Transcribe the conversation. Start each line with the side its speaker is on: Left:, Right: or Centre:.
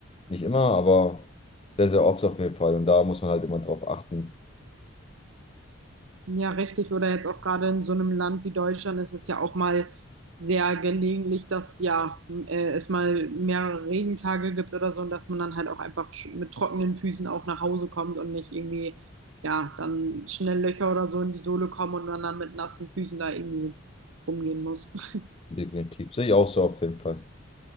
Left: Nicht immer, aber sehr, sehr oft auf jeden Fall. Und da muss man halt immer drauf achten.
Right: Ja, richtig. Oder jetzt auch gerade in so einem Land wie Deutschland ist es ja auch mal sehr gelegentlich, dass ja äh, es mal mehrere Regentage gibt oder so und dass man dann halt auch einfach sch- mit trockenen Füßen auch nach Hause kommt und nicht irgendwie, ja, dann schnell Löcher oder so in die Sohle kommen und man dann mit nassen Füßen da irgendwie rumgehen muss. <laughs>
Left: Definitiv. Sehe ich auch so auf jeden Fall.